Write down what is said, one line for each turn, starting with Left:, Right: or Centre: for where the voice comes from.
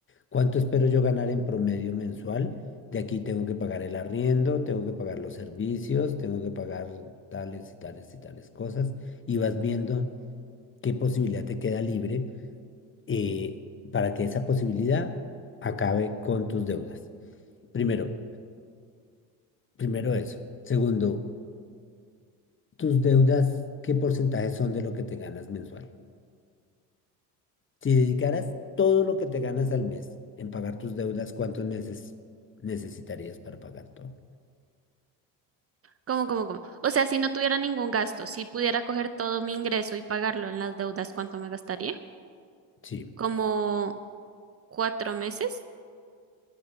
Left: ¿cuánto espero yo ganar en promedio mensual? De aquí tengo que pagar el arriendo, tengo que pagar los servicios, tengo que pagar tales y tales y tales cosas. Y vas viendo qué posibilidad te queda libre eh, para que esa posibilidad acabe con tus deudas. Primero. Primero eso. Segundo, tus deudas, ¿qué porcentaje son de lo que te ganas mensual? Si dedicaras todo lo que te ganas al mes en pagar tus deudas, ¿cuántos meses necesitarías para pagar todo?
Right: ¿Cómo, cómo, cómo? O sea, si no tuviera ningún gasto, si pudiera coger todo mi ingreso y pagarlo en las deudas, ¿cuánto me gastaría?
Left: Sí,
Right: ¿Como cuatro meses?